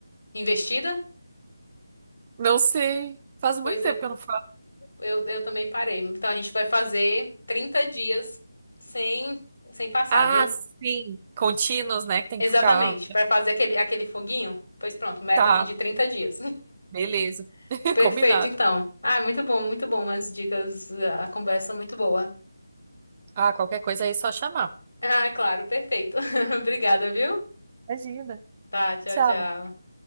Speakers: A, on the left; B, on the right.
A: investida?
B: não sei. Faz
A: Pois
B: muito tempo
A: é.
B: que eu não falo.
A: Eu, eu também parei. Então a gente vai fazer 30 dias sem, sem passar,
B: Ah,
A: viu?
B: sim. Contínuos, né? Que tem
A: Exatamente,
B: que ficar.
A: para fazer aquele, aquele foguinho. Pois pronto, meta
B: Tá,
A: aqui de 30 dias.
B: beleza.
A: <laughs>
B: <laughs>
A: Perfeito,
B: Combinado.
A: então. Ah, muito bom, muito bom as dicas, a conversa muito boa.
B: Ah, qualquer coisa aí é só chamar.
A: Ah, claro, perfeito. <laughs> Obrigada, viu?
B: Imagina.
A: Tá, tchau,
B: Tchau.
A: tchau.